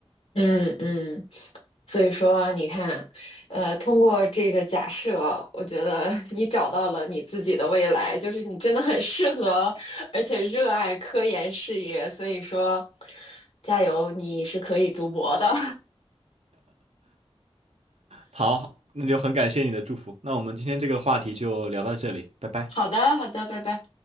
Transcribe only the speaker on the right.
好，那就很感谢你的祝福。那我们今天这个话题就聊到这里，
拜拜。